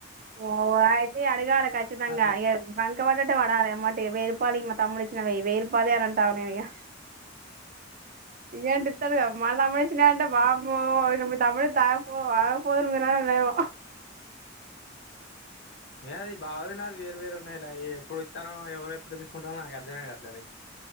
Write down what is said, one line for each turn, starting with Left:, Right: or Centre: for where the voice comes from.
Right: ఓ అయితే అడగాలి ఖచ్చితంగా
Left: అట్లా
Right: ఇక్కవడట్టే వడాలి ఎమ్మటే వేయిరూపలి మా తమ్ముడి ఇచ్చిన వేయి రుపలి అని అంటే తావ్ నేనేగ ఏంటి ఇత్తడు గ మా తమ్ముడు ఇచ్చినీయంటే వామ్మో ఇగ మీ తమ్ముడు ఇత్తే ఆగపో ఆగకపోదురు మీ న్నాన ఏమో
Left: ఏయ్ బావది నాది వేరు వేరు ఉన్నయ్ లే అయి ఎప్పుడు ఇత్తనో ఎవరు ఎప్పుడు తీసుకుంటానో నాకు అర్థమె కాట్లేదు అయ్